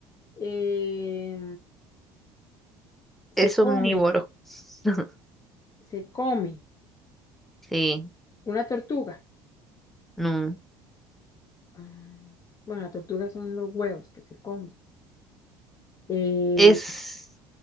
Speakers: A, on the left (about 30°); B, in the centre.
A: eh, se
B: Es
A: come,
B: omnívoro. <laughs>
A: se come
B: Sí,
A: una tortuga.
B: no.
A: Ah, Bueno, las tortugas son los huevos que se comen. Eh,
B: Es,